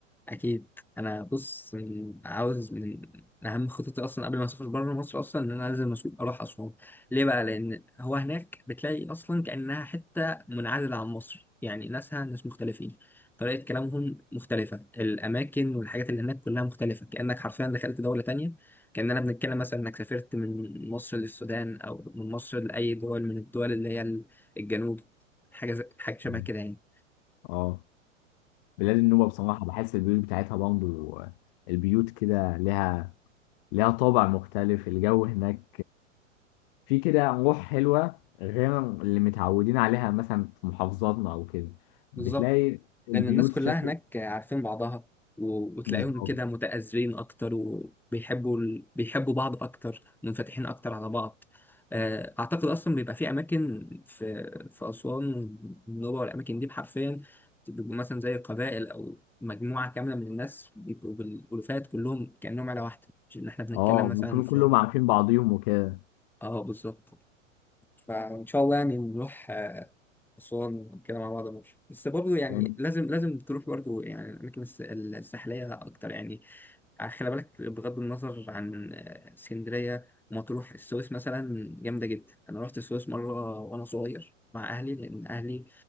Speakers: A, in the centre; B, on the left (about 45°).
A: اكيد انا بص من- عاوز من من اهم خططي اصلا قبل ما اسافر بره مصر اصلا ان انا لازم أسو- اروح اسوان ليه بقى لان هو هناك بتلاقي اصلا كانها حته منعزله عن مصر يعني ناسها ناس مختلفين طريقه كلامهم مختلفه الاماكن والحاجات اللي هناك كلها مختلفه كانك حرفيا دخلت دوله تانية كاننا بنتكلم مثلا انك سافرت من مصر للسودان او من مصر لاي دول من الدول اللي هي الجنوب حاجه زي- حاجه شبه
B: مم.
A: كده يعني
B: اه بلاد النوبه بصراحه بحس البيوت بتاعتها برضه البيوت كده لها لها طابع مختلف الجو هناك في كده روح حلوة غير اللي متعودين عليها مثلا في محافظاتنا أو كده بتلاقي
A: بالظبط
B: البيوت
A: لأن الناس كلها
B: شكل
A: هناك عارفين بعضها و- وتلاقيهم
B: بالظبط
A: كده متآزرين أكتر وبيحبوا ال... بيحبوا بعض أكتر منفتحين أكتر على بعض آه، أعتقد أصلا بيبقى في أماكن في في أسوان والنوبة والأماكن دي حرفيا بيبقوا مثلا زي قبائل أو مجموعة كاملة من الناس بيبقوا بالألوفات كلهم كأنهم عيلة واحدة مش إن إحنا بنتكلم
B: اه
A: مثلا
B: بيكونوا
A: في
B: كلهم عارفين بعضيهم وكده
A: آه بالظبط فإن شاء الله يعني نروح آه، أسوان وكده مع بعض ماشي بس برضه يعني
B: يعني
A: لازم لازم تروح برضه يعني الأماكن الس- الساحلية أكتر يعني آه، خلي بالك بغض النظر عن آه، اسكندرية مطروح السويس مثلا جامدة جدا أنا رحت السويس مرة وأنا صغير مع أهلي لأن أهلي